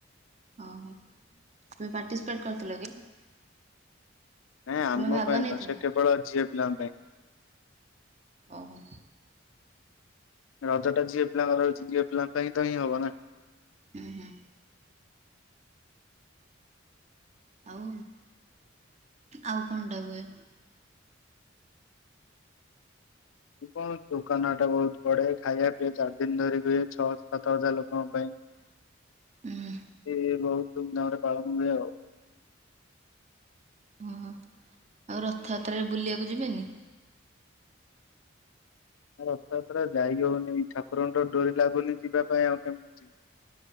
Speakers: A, on the right; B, on the left.
A: ଓ ହୋ ତୁମେ ପାର୍ଟିସିପେଟ୍ କରଥିଲ କି?
B: ନାଇଁ ଆମ
A: ତୁମେ ଭାଗ
B: ପାଇଁ
A: ନେଇଥିଲ
B: ନୁହ ସେ କେବଳ ଝିଅ ପିଲାଙ୍କ ପାଇଁ।
A: ଓହୋ।
B: ରଜ ଟା ଝିଅ ପିଲାଙ୍କର ରହିଚି ଯିଅ ପିଲାଙ୍କ ପାଇଁ ତ ହିଁ ହବ ନା।
A: ଉହଁ। ଆଉ ଆଉ କଣ ଟା ହୁଏ?
B: ପୁକ କୋଲ ଦୋକାନ ହାଟା ବହୁତ ପଡେ ଖାଇବା ପିଆ ଚାର ଦିନ ଧରି ହୁଏ ଛଅ ସାତ ହଜାର ଲୋକଙ୍କ ପାଇଁ।
A: ହୁଁ
B: ଏ ବହୁତ ଧୁମଧାମ ରେ ପାଳନ ହୁଏ ଆଉ।
A: ଓ ହୋ ଆଉ ରଥଆତ୍ରାରେ ବୁଲିବାକୁ ଯିବେନି?
B: ରଥଯାତ୍ରା ଯାଇ ହଉନି ଠାକୁରଙ୍କତ ଡୋରି ଲାଗୁନି ଯିବା ପାଇଁ ଆଉ କେମିତି ଯିବ